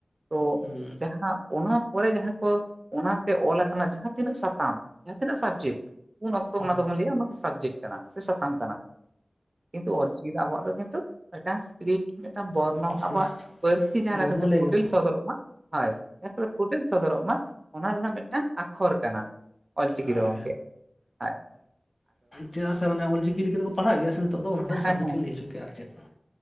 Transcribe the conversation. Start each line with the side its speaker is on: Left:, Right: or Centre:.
Right: ᱛᱚ
Left: ᱦᱩᱸ
Right: ᱡᱟᱦᱟᱸ ᱚᱱᱟ ᱯᱚᱨᱮ ᱡᱟᱦᱟᱸ ᱠᱚ ᱚᱱᱟᱛᱮ ᱚᱞ ᱟᱠᱟᱱᱟ ᱡᱟᱦᱟᱸ ᱛᱤᱱᱟᱹᱜ ᱥᱟᱛᱟᱢ ᱡᱟᱦᱟᱸ ᱛᱤᱱᱟᱹᱜ ᱥᱟᱵᱡᱮᱠᱴ ᱩᱱ ᱚᱠᱛᱚ
Left: ᱦᱩᱸ
Right: ᱚᱱᱟ ᱫᱚᱵᱚᱱ ᱞᱟᱹᱭᱟ ᱚᱱᱟ ᱫᱚ ᱥᱟᱵᱡᱮᱠᱴ ᱠᱟᱱᱟ ᱥᱮ ᱥᱟᱛᱟᱢ ᱠᱟᱱᱟ ᱠᱤᱱᱛᱩ ᱚᱞᱪᱤᱠᱤ ᱟᱵᱚᱣᱟ ᱫᱚ ᱠᱤᱱᱛᱩ ᱢᱤᱫᱴᱟᱝ ᱨᱤ ᱢᱤᱫᱴᱟᱝ ᱵᱚᱨᱱᱚ
Left: ᱥᱤᱠᱥ
Right: ᱟᱵᱚᱣᱟᱜ ᱯᱟᱹᱨᱥᱤ ᱡᱟᱦᱟᱸ
Left: ᱵᱚᱨᱱᱚ
Right: ᱞᱮᱠᱟᱛᱮ
Left: ᱞᱟᱹᱭ
Right: ᱯᱷᱳᱴᱮᱞ
Left: ᱜᱟᱱᱚᱜᱼᱟ
Right: ᱥᱚᱫᱚᱨᱚᱜ ᱢᱟ ᱦᱳᱭ ᱮᱠᱴᱩ ᱯᱷᱩᱴᱮᱞ ᱥᱚᱫᱚᱨᱚᱜ ᱢᱟ ᱚᱱᱟ ᱨᱮᱱᱟᱜ ᱨᱮᱱᱟᱜ ᱢᱤᱫᱴᱟᱝ ᱟᱠᱷᱚᱨ ᱠᱟᱱᱟ ᱚᱞ ᱪᱤᱠᱤ
Left: ᱦᱳᱭ
Right: ᱫᱚ ᱜᱚᱝᱠᱮ ᱦᱮᱸ,
Left: ᱪᱮᱫᱟᱜ ᱥᱮ ᱢᱟᱱᱮ ᱚᱞᱪᱤᱠᱤ ᱤᱫᱤ, ᱠᱟᱛᱮᱫ ᱠᱚ ᱯᱟᱲᱦᱟᱜ ᱜᱮᱭᱟ ᱥᱮ ᱱᱤᱛᱚᱜ ᱫᱚ, ᱚᱱᱟ ᱠᱷᱟᱛᱤᱨ
Right: ᱦᱮᱸ
Left: ᱥᱟᱵᱡᱮᱠᱴ ᱞᱤᱧ ᱞᱟᱹᱭ ᱦᱚᱪᱚ ᱠᱮᱼᱟ᱾ᱟᱨ ᱪᱮᱫ,